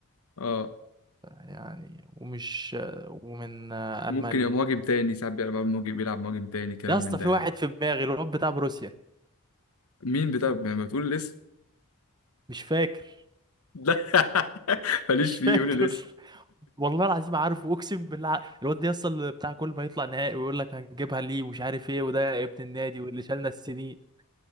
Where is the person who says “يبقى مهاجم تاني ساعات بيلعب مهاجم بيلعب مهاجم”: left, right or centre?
Left